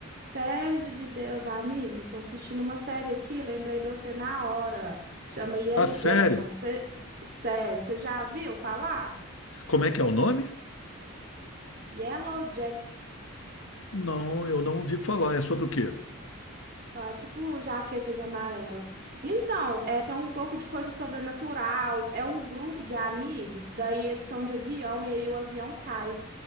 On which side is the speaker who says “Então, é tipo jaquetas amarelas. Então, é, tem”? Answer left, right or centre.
Right